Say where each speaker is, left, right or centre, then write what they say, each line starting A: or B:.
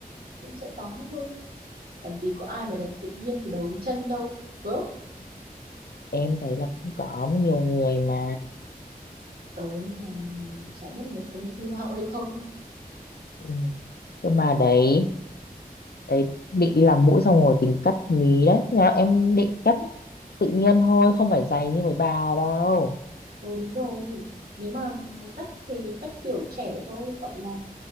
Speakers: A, on the right; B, on the left.
A: cũng sẽ có thôi làm gì có ai mà đẹp tự nhiên từ đầu đến chân đâu gớm
B: em thấy là cũng có nhiều người mà
A: ờ nhưng mà chả biết là người ta có thi hoa hậu hay không
B: ừ. nhưng mà đấy đấy định đi làm mũi xong rồi tính cắt mí đấy nhà em định cắt tự nhiên thôi không phải dày như mấy bà đâu
A: ờ đúng rồi nếu mà nó cắt thì cắt kiểu trẻ thôi gọi là